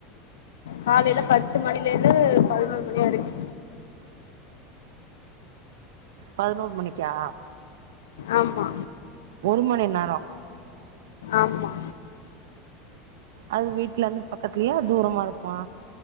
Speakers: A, on the left; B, on the right.
A: காலேல பத்து மணில இருந்து பதினோரு மணி வரெக்கு
B: பதினோர் மணிக்கா
A: ஆமா
B: ஒரு மணி நேரோ
A: ஆமா
B: அது வீட்ல இருந்து பக்கத்லெயா தூரமா இருக்குமா